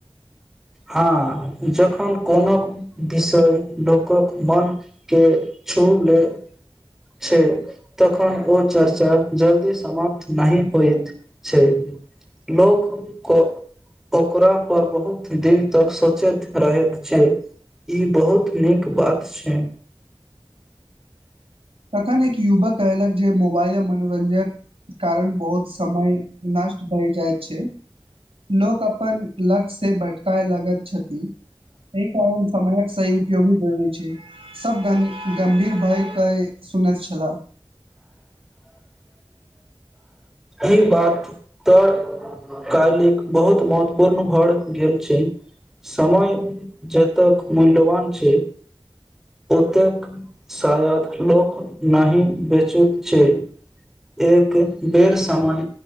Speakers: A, in the centre; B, on the right.
A: हँ जखन कोनो विषय लोकक मोनके छू ले छै तखन ओ चर्चा जल्दी समाप्त नहि होइत छै लोक ओकरा पर बहुत दिन तक सोचैत रहैत छै ई बहुत नीक बात छै
B: तखन एक युवक कहलक जे मोबाइल मनोरञ्जक कारण बहुत समय नष्ट भए जाय छै लोक अपन लक्ष्य से भटकए लगैत छथिन एहि कारण समयक सही उपयोगी जरुरी छै सब गम गम्भीर भयके सुनैत छला
A: ई बात तऽ कालिक बहुत महत्वपूर्ण भए गेल छै समय जतक मूल्यवान छै ओतेक शायद लोक नहि बेचैत छै एक बेर समय